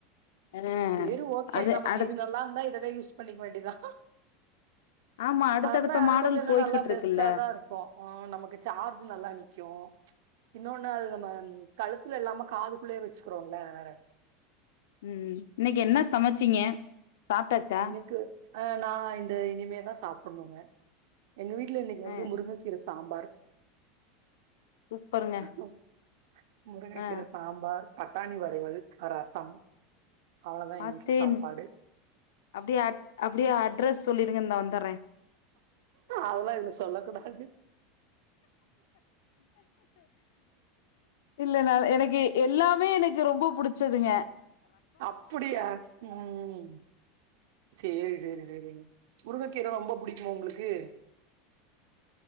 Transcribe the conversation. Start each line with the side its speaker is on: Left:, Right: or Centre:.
Left: அ
Right: சேரி ஓகே
Left: அது
Right: நமக்கு
Left: அடு
Right: இது நல்லா இருந்தா இதவே யூஸ் பண்ணிக்க வேண்டியதா
Left: ஆமா அடுத்தடுத்த
Right: அதுதா அது
Left: மாடல்
Right: கொஞ்சோ இன்னு
Left: போய்கிட்டு
Right: நல்லா
Left: இருக்குல்ல
Right: பெஸ்டாதா இரு கொ ஆ நமக்கு சார்ஜ் நல்லா நிக்கு இன்னொன்னு அது நம்ம ம் கழுத்துல இல்லாம காதுக்குள்ளயே வெச்சுக்கிறோன்ல வேற
Left: ம் இன்னைக்கு என்ன சமச்சீங்க சாப்ட்டாச்சா
Right: இன்னைக்கு அ நா இந்த இனிமே தா சாப்டனுங்க எங்க வீட்ல இன்னைக்கு
Left: அ
Right: வந்து முருங்கைக் கீர சாம்பார்
Left: சூப்பருங்க
Right: ம் முருங்கக்கீர
Left: அ
Right: சாம்பார் பட்டாணி வரைவல் ரசம் அவ்ளோதா
Left: பாத்தேன்
Right: எங்க வீட்டுல சாப்பாடு
Left: அப்டியே அட் அப்டியே அட்ரஸ் சொல்லிருங்க இந்தா வந்தறே
Right: அதெல்லா இதுல சொல்ல கூடாது
Left: இல்லைன்னா எனக்கு எல்லாமே எனக்கு ரொம்ப புடு ச்சதுங்க
Right: அப்புடியா ம் சேரி சேரி சேரி முருங்கக்கீர ரொம்ப புடிக்குமா ஒங்களுக்கு